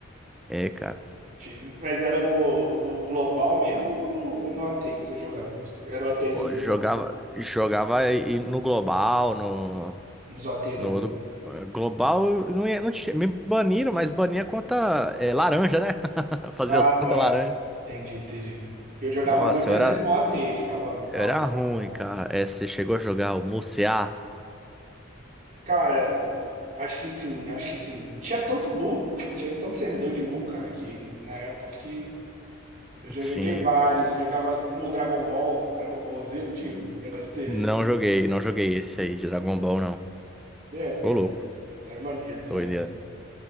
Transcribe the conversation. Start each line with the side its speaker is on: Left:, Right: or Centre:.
Centre: É, cara.
Right: Tibia. Mas era no, no global mesmo ou no, no OT que você jogava? Era o OTzinho
Centre: Ó,
Right: de
Centre: Jogava,
Right: Mu.
Centre: jogava e- e no global, no.
Right: Nos OT da
Centre: No outro
Right: vida.
Centre: eh, global, eu não ia, não tinha, me baniram, mas bania conta eh, laranja, né? <laughs> Fazia
Right: Ah,
Centre: as
Right: tá.
Centre: contas laranja.
Right: Entendi, entendi. Eu jogava
Centre: Nossa,
Right: muito
Centre: eu
Right: esses
Centre: era,
Right: moatê, ficava
Centre: eu
Right: farmando.
Centre: era ruim, cara. Eh, você chegou a jogar o Musear?
Right: Cara, acho que sim, acho que sim. Tinha tanto mu, tipo, tinha tanto servidor de mu, cara, que na época que eu já
Centre: Sim.
Right: joguei vários, jogava mu Dragon Ball, Dragon Ball Z, não tinha um negócio desse.
Centre: Não joguei, não joguei esse aí de Dragon Ball, não.
Right: É, mas
Centre: Ô louco,
Right: era maneiro essa
Centre: doideira.
Right: época.